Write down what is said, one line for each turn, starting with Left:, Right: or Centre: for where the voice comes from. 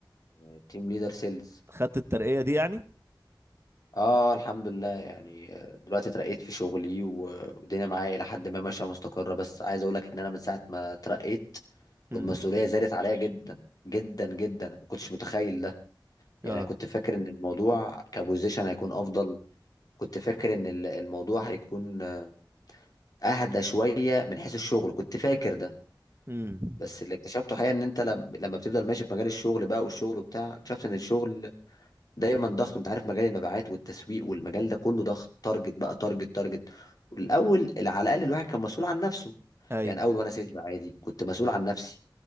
Left: يعني تيم ليدر سيلز
Right: خدت الترقيه دي يعني
Left: اه الحمد لله يعني آه، دلوقتي اترقيت في شغلي و- والدنيا معايا الى حد ما ماشيه مستقره بس عايز اقول لك ان انا من ساعه ما اترقيت
Right: امم
Left: والمسؤوليه زادت عليا جدا جدا جدا ما كنتش متخيل ده يعني
Right: اه
Left: كنت فاكر ان الموضوع كبوزيشن هيكون افضل كنت فاكر ان ال- الموضوع هيكون آه، اهدى شويه من حيث الشغل كنت فاكر ده
Right: امم
Left: بس اللي اكتشفته حقيقه ان انت لم- لما بتفضل ماشي في مجال الشغل بقى والشغل وبتاع اكتشفت ان الشغل دايما ضغط انت عارف مجال المبيعات والتسويق والمجال ده كله ضغط تارجت بقى تارجت تارجت الاول على الاقل الواحد كان مسؤول عن نفسه
Right: ايوه
Left: يعني اول وانا سيلز عادي كنت مسؤول عن نفسي